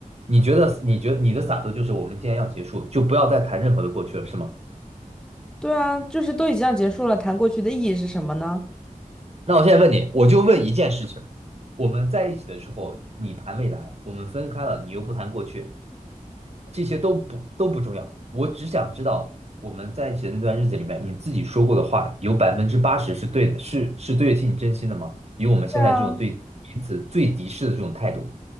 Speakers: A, on the right (about 50°); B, in the centre.
A: 你觉得？你觉得你的洒脱就是我们既然要结束，就不要再谈任何的过去了，是吗？
B: 对啊，就是都已经要结束了，谈过去的意义是什么呢？
A: 那我现在问你，我就问一件事情：我们在一起的时候，你谈未来，我们分开了，你又不谈过去，这些都不都不重要，我只想知道我们在一起的那段日子里面，你自己说过的话有百分之八十是对的，是是对得起你真心的吗？以我们现在这种对彼此最敌视的这种态度，
B: 对啊，